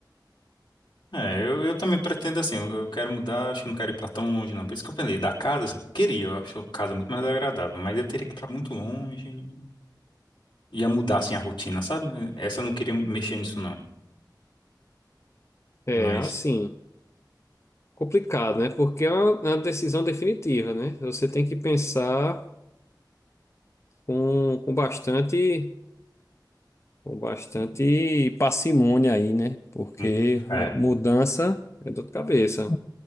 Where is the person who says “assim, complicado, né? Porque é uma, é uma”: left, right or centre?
Left